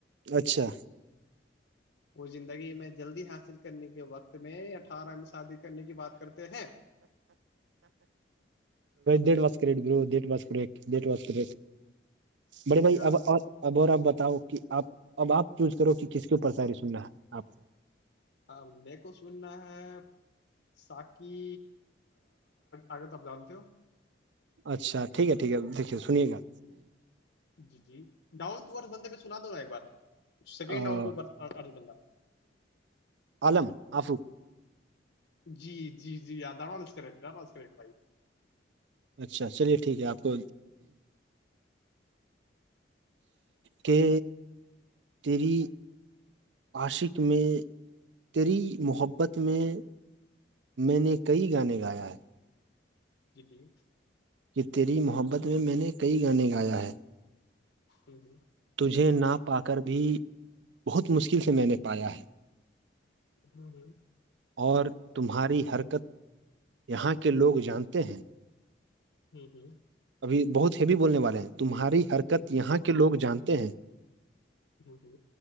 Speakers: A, on the right; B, on the left.
A: اچھا
B: وہ زندگی میں جلدی حاصل کرنے کے وقت میں یا اٹھارہ میں شادی کرنے کی بات کرتے ہیں
A: did wash cut do did ماس کو ایک د واس کر بڑے بھائی
B: یا
A: اب اب اور آپ بتاؤ کہ آپ اب آپ چوز کرو کہ کس کے اوپر سااری سن رہ ہے آپ کو
B: ہاں میر کو سننا ہے ساکی آگے تب جانتے ہو
A: اچھا ٹھیک ہے ٹھیک ہے دیکھیے سنیے گا
B: جی جی ڈاؤن ٹو ارھ بندے پہ سنا دووں میںا ایک بار
A: گا
B: سیکنڈ ڈاؤن ٹو ارھ بندہ
A: علم آفوق
B: جی جی جی ڈانوس کرے گ ڈانس کرے گ بھائی
A: اچھا چلیے ٹھیک ہے آپ کو کہ تیری عاشق میں تیری محبت میں میں نے کئی گانے گایا ہے
B: جی جی
A: کہ تیری محبت میں میں نے کئی گانے گایا ہے
B: ہوں ہوں
A: تجھے نہا پا کر بھی بہت مشکل سے میں نے پایا ہے
B: ہوں جی
A: اور تمہاری حرکت یہاں کے لوگ جانتے ہیں
B: ہوں ہوں
A: ابھی بہت ہیوی بولنے والے ہیں تمہاری حرکت
B: ہوں
A: یہاں کے لوگ جانتے ہیں
B: جی جی